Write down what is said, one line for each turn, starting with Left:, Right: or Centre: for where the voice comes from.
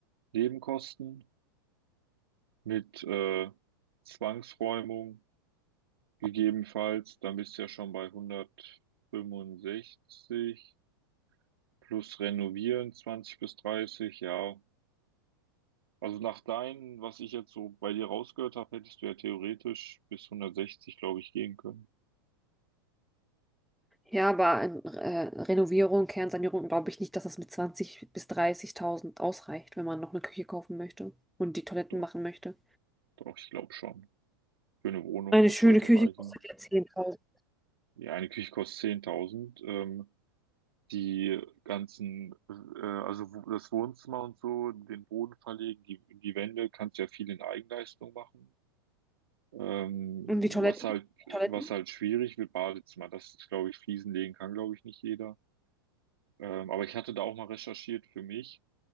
Right: Nebenkosten mit äh, Zwangsräumung gegebenenfalls. Dann bist du ja schon bei 165 plus Renovieren 20 bis 30. Ja, Also nach deinen, was ich jetzt so bei dir rausgehört habe, hättest du ja theoretisch bis 160, glaube ich, gehen können.
Centre: Ja, aber in, äh, Renovierung, Kernsanierung glaube ich nicht, dass das mit 20 bis 30.000 ausreicht, wenn man noch eine Küche kaufen möchte und die Toiletten
Right: Doch,
Centre: machen möchte.
Right: doch, ich glaube schon. Für eine Wohnung,
Centre: Eine
Right: das
Centre: schöne
Right: sollte
Centre: Küche
Right: reichen.
Centre: kostet ja zehntausend
Right: Ja, eine Küche kostet 10.000. Ähm, die ganzen, äh, also wo- das Wohnzimmer und so, den Boden verlegen, die, die Wände, kannst ja viel in Eigenleistung machen. Ähm,
Centre: Und die Toiletten?
Right: was halt,
Centre: Die Toiletten?
Right: was halt schwierig wird, Badezimmer. Das ist, glaube ich, Fliesen legen kann, glaube ich, nicht jeder. Ähm, aber ich hatte da auch mal recherchiert für mich.